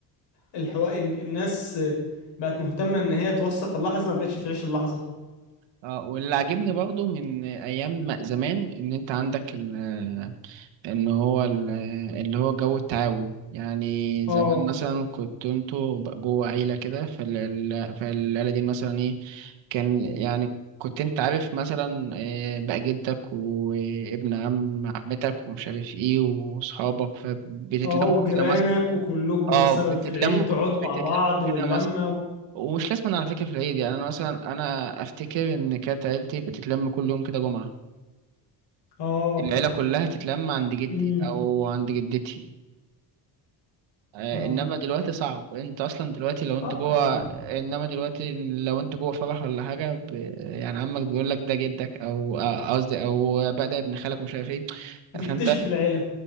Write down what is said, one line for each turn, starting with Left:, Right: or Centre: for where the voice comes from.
Left: والحوار الناس بقت مهتمة ان هي توثق اللحظة مبقتش تعيش اللحظة
Right: اه واللي عاجبني برضو من ايام ما زمان ان انت عندك ال ان هو ال- اللي هو جو التعاون يعني
Left: اه
Right: زمان مثلا كنت انتوا ب- جوه عيلة كده فال- فالعيلة دي مثلا ايه كان يعني كنت انت عارف مثلا آه، بقى جدك وابن عم عمتك ومش عارف ايه واصحابك فبتتلموا
Left: اه وجيرانك
Right: كده مثلا
Left: وكلكم
Right: اه
Left: مثلا
Right: بتتلموا
Left: في العيد تقعدوا مع
Right: بتتلموا
Left: بعض واللمة
Right: كده مثلا
Left: و...
Right: ومش لازم على فكرة في العيد يعني أنا مثلا أنا أفتكر إن كانت عيلتي بتتلم كل يوم كده جمعة
Left: اه
Right: العيلة كلها تتلم عند جدي
Left: امم
Right: أو عند جدتي آه،
Left: اه
Right: إنما دلوقتي صعب أنت أصلا دلوقتي لو أنت
Left: اه
Right: جوه
Left: يعني
Right: إنما دلوقتي لو أنت جوه فرح ولا حاجة ب... يعني عمك بيقول لك ده جدك أو آه، قصدي أو بقى ده ابن خالك ومش عارف إيه
Left: بتكتشف
Right: فأنت
Left: العيلة